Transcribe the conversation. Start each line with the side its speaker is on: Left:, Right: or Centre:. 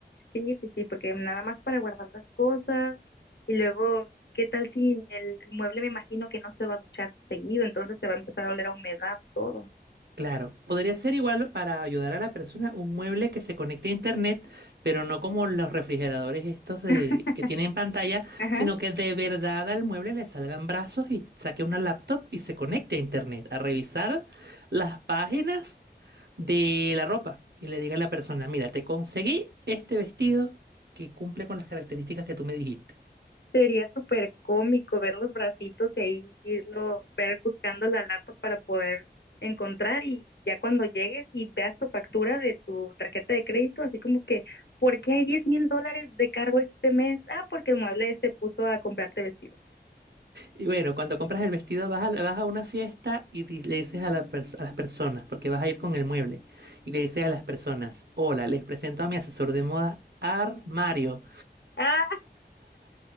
Left: sí, sí, sí, porque nada más para guardar las cosas y luego, ¿qué tal si el mueble me imagino que no se va a duchar seguido, entonces se va a empezar a oler a humedad todo?
Right: Claro, podría ser igual para ayudar a la persona un mueble que se conecte a internet, pero no como los refrigeradores estos de
Left: <laughs>
Right: que tienen pantalla,
Left: Ajá.
Right: sino que de verdad al mueble le salgan brazos y saque una laptop y se conecte a internet a revisar las páginas de la ropa y le diga a la persona, mira, te conseguí este vestido que cumple con las características que tú me dijiste.
Left: Sería súper cómico ver los bracitos y ahí irlo, ver buscando la lata para poder encontrar y ya cuando llegues y veas tu factura de tu tarjeta de crédito, así como que, ¿por qué hay diez mil dólares de cargo este mes? Ah, porque el mueble se puso a comprarte vestidos.
Right: Y bueno, cuando compras el vestido vas a, vas a una fiesta y di- le dices a, la pers- a las personas, porque vas a ir con el mueble, y le dices a las personas, hola, les presento a mi asesor de moda, Armario.
Left: Ah,